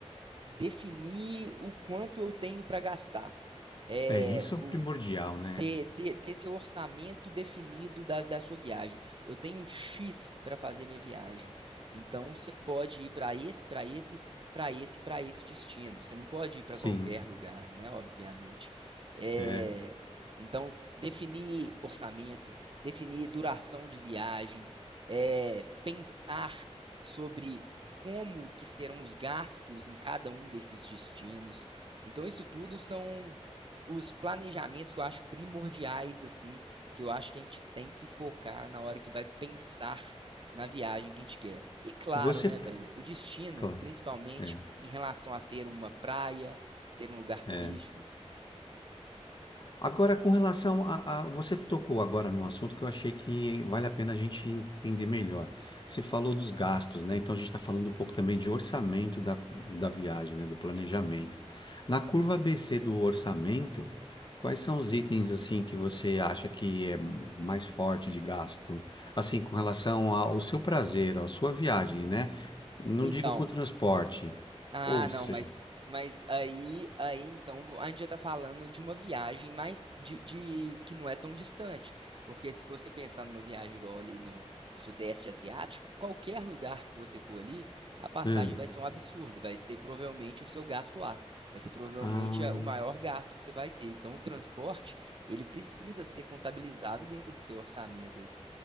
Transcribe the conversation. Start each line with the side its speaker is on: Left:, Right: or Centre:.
Right: definir o quanto eu tenho para gastar. É,
Left: É, isso
Right: o,
Left: é o primordial, né?
Right: ter, ter, ter seu orçamento definido da, da sua viagem. Eu tenho um X para fazer minha viagem. Então você pode ir para esse, para esse, para esse, para esse destino. Você não pode ir para
Left: Sim,
Right: qualquer lugar, né? Obviamente. É,
Left: é.
Right: Então, definir orçamento, definir duração de viagem, é, pensar sobre como que serão os gastos em cada um desses destinos. Então, isso tudo são os planejamentos que eu acho primordiais, assim, que eu acho que a gente tem que focar na hora que vai pensar na viagem que a gente quer. E claro,
Left: Você,
Right: né,
Left: f-
Right: velho, o destino,
Left: claro,
Right: principalmente
Left: é.
Right: em relação a ser uma praia, ser um lugar turístico.
Left: é. Agora, com relação a, a- Você tocou agora num assunto que eu achei que vale a pena a gente entender melhor. Você falou dos gastos, né? Então, a gente está falando um pouco também de orçamento da, da viagem, né? Do planejamento. Na curva ABC do orçamento, quais são os itens, assim, que você acha que é mais forte de gasto? Assim, com relação ao seu prazer, à sua viagem, né? Não
Right: Então,
Left: digo com o transporte.
Right: Ah,
Left: Ou
Right: não,
Left: seja...
Right: mas, mas aí, aí então a gente já tá falando de uma viagem mais de, de- que não é tão distante. Porque se você pensar numa viagem igual ali no Sudeste Asiático, qualquer lugar que você for ali, a passagem
Left: hum,
Right: vai ser um absurdo. Vai ser provavelmente o seu gasto A. Vai ser provavelmente
Left: Ah,
Right: a- o maior gasto que você vai ter. Então o transporte, ele precisa ser contabilizado dentro do seu orçamento